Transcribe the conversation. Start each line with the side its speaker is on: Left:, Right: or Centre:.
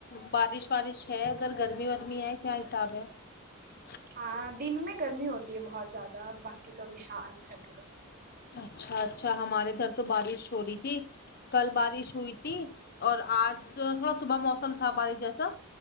Left: بارش وارش ہے <unintelligible> ادھر گرمی ورمی ہے کیا حساب ہے <unintelligible>
Right: ہاں دن میں گرمی ہوتی <unintelligible> بہت <inaudible> زیادہ بقی کا ابش <unintelligible> شانت ہے پورا <unintelligible>
Left: اچھا اچھا ہمارے ادھر تو بارش ہو رہی تھی <unintelligible> کل بارش ہوئی تھی اور <unintelligible> آج جو تھوڑا صبح موسم تھا بارش جیسا <unintelligible>